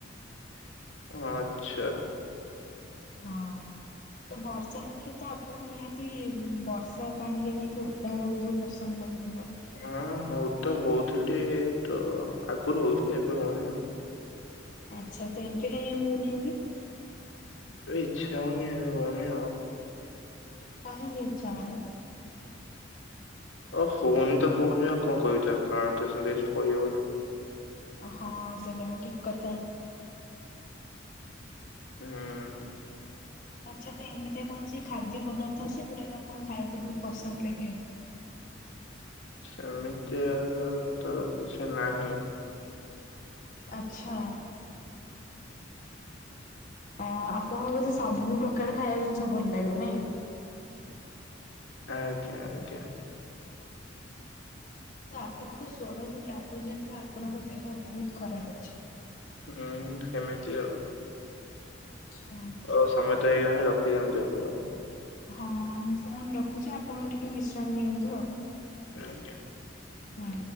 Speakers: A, on the left; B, on the left.
A: ହଁ, ଆଚ୍ଛା
B: ହଁ ତ ବର୍ଷା ଋତରେ ତ ଆପଣଙ୍କୁ ନିହାତି ବର୍ଷା ପାଣିରେ ଯାଇ <unintelligible> ବହୁତ ପସନ୍ଦ ଲାଗୁଥିବ।
A: ହଁ ହଉ ତ ହଉଥିଲି ତ ଆଗରୁ ହଉଥିଲି ଏବେ ହଉନି ଆଉ।
B: ଆଚ୍ଛା, ତ ଏମିତି କାଇଁ ହଉନି ଇନ୍ଦି।
A: ଏ ଇଚ୍ଛା ହଉନି ରଉନି ଆଉ।
B: କହିଁକି ଇଛା ହଉନି।
A: ଅଉ ହଉନି ତ ହଉନି ଆଉ କଣ କହିବି, କାରଣ ତ ସେମିତି କିଛି କହିହବନି।
B: ହଁ ସେଇଟା ବି ଠିକ୍ କଥା।
A: ହୁଁ
B: ଆଛତ ଏମିତିଆ କୌଣସି ଖାଦ୍ୟ ପଦାର୍ଥ ଅଛି, ଯୋଉଟା କି ଆପଣ ଖାଇବାକୁ ବହୁତ ପସନ୍ଦ ଲାଗେ।
A: ସେମିତି ଆଉ ତ କିଛି ନାହିଁ।
B: ଆଚ୍ଛା ହଁ ଆପଣଙ୍କ ବୋଧେ ସବୁ ପ୍ରକାର ଖାଇବା ଜିନିଷ ଭଲ ଲାଗେ ନାଇଁ।
A: ଆଜ୍ଞା, ଆଜ୍ଞା
B: ତ ଆପଣଙ୍କ ସ୍ୱର ରେ ଲାଗୁଛି ଯେମିତି ଆପଣଙ୍କ ଦେହ ବହୁତ ଖରାପ ଅଛି।
A: ହଁ ସେମିତି ଆଉ।
B: ହଁ
A: ହଉ ସମୟତ ହେଇଗାଲାଣି ରଖିଦିଅନ୍ତୁ ଏବେ ଆଉ।
B: ହଁ ମୁ ଫୋନ ରଖୁଛି ଆପଣ ଟିକେ ବିଶ୍ରାମ ନିଅନ୍ତୁ। ଆଉ
A: ଆଜ୍ଞା।
B: ହଁ।